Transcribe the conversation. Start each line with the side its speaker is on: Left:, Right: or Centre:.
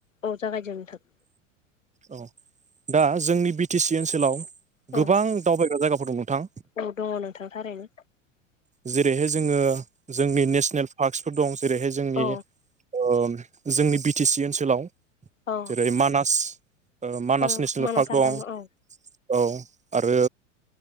Left: औ जागायदो नोथां।
Right: औ दा जोंनि बि टि सि ओनसोलाव गोबां
Left: औ
Right: दावबायग्रा जायगाफोर दं नोंथां।
Left: औ दङ नोंथां थारैनो।
Right: जेरैहाय जोङो जोंनि नेसनेल पार्कसफोर दं जेरैहाय जोंनि
Left: औ
Right: ओ जोंनि बि टि सि ओनसोलाव
Left: औ
Right: जेरै मानास ओ मानास
Left: औ
Right: नेसनेल
Left: मानास
Right: पार्क
Left: हाग्रामा
Right: दं।
Left: औ
Right: औ आरो